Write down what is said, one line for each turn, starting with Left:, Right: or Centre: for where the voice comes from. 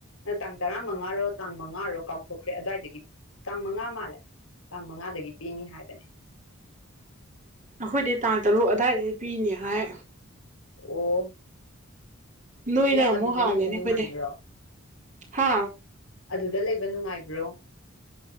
Left: ꯑꯥ ꯇꯥꯡ ꯇꯔꯥꯃꯉꯥꯔꯣ ꯇꯥꯡ ꯃꯉꯥꯔꯣ ꯀꯥꯎꯊꯣꯛꯈ꯭ꯔꯦ ꯑꯗꯥꯏꯗꯒꯤ ꯇꯥꯡ ꯃꯉꯥ ꯃꯥꯜꯂꯦ ꯇꯥꯡ ꯃꯉꯥꯗꯒꯤ ꯄꯤꯅꯤ ꯍꯥꯏꯕꯅꯦ
Right: ꯑꯩꯈꯣꯏꯗꯤ ꯇꯥꯡ ꯇꯔꯨꯛ ꯑꯗꯥꯏꯗꯒꯤ ꯄꯤꯅꯤ ꯍꯥꯏ
Left: ꯑꯣ
Right: ꯅꯣꯏꯅ
Left: ꯅꯪ
Right: ꯑꯃꯨꯛ
Left: ꯑꯗꯨꯗ
Right: ꯍꯥꯜꯂꯦꯅꯦ
Left: ꯂꯩꯕ ꯅꯨꯡꯉꯥꯏꯕ꯭ꯔꯣ
Right: ꯑꯩꯈꯣꯏꯗꯩ ꯍꯥ
Left: ꯑꯗꯨꯗ ꯂꯩꯕ ꯅꯨꯡꯉꯥꯏꯕ꯭ꯔꯣ